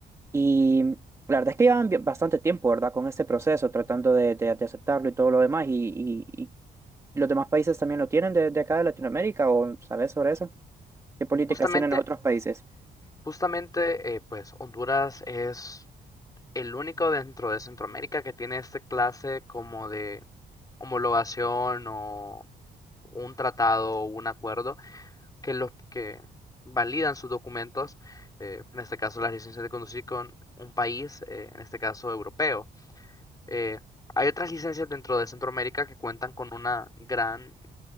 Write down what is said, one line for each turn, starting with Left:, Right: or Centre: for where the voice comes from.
Right: Y la verdad es que llevan bi- bastante tiempo, ¿verdad? Con este proceso, tratando de, de- de aceptarlo y todo lo demás. Y, y- y los demás países también lo tienen de, de acá de Latinoamérica, ¿o sabés sobre eso? ¿Qué políticas
Left: Justamente,
Right: tienen los otros países?
Left: justamente, eh, pues Honduras es el único dentro de Centroamérica que tiene este clase como de homologación o un tratado o un acuerdo que los que validan sus documentos, eh, en este caso las licencias de conducir con un país, eh, en este caso europeo. Eh, hay otras licencias dentro de Centroamérica que cuentan con una gran